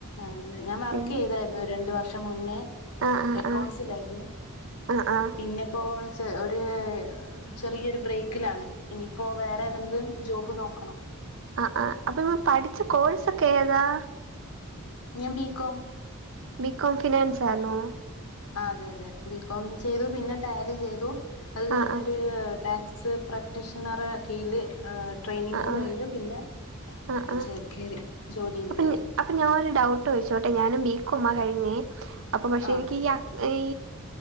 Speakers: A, on the left (about 90°); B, on the right (about 60°).
A: അതെ ഞാൻ വർക്ക്
B: ഉം
A: ചെയ്താ യ്രുന്നു രണ്ടു വർഷം മുന്നേ
B: ആ ആ
A: എക്കൗണ്ട്സിലായിരുന്നു.
B: ആ ആഹ് ആഹ്
A: പിന്നപ്പോ ത് ഒര് ചെറിയൊരു ബ്രേക്കിലാണ് ഇനിയിപ്പോ വേറെ ഏതെങ്കിലും ജോബ് നോക്കണം
B: ആ ആ അപ്പൊ <unintelligible> പഠിച്ച കോഴ്സൊക്കെ ഏതാ
A: ഞാൻ ബി. Com
B: B. കോം ഫിനാൻസാർന്നൊ
A: അതെ അതെ ബി. കോം ചെയ്തു പിന്നെ ടാലി ചെയ്തു അത് കഴിഞ്ഞൊരു
B: ആഹ് ആഹ്
A: ടാക്സ് പ്രാക്ടീഷണറെ കീഴില് ട്രെയിനിങ്
B: ആഹ് ആഹ്
A: കഴിഞ്ഞു പിന്നെ
B: ആഹ്
A: <unintelligible>
B: ആഹ്
A: കേറി ജോലിയില്
B: അപ്പൊ
A: കേറി
B: അപ്പൊ ഞാനൊരു ഡൗട്ട് ചോയിച്ചോട്ടെ ഞാനും ബി. കോംമാ കഴിഞ്ഞേ അപ്പൊ പക്ഷെ
A: ആ
B: എനിക്ക് ഈ അക്ക് ഈ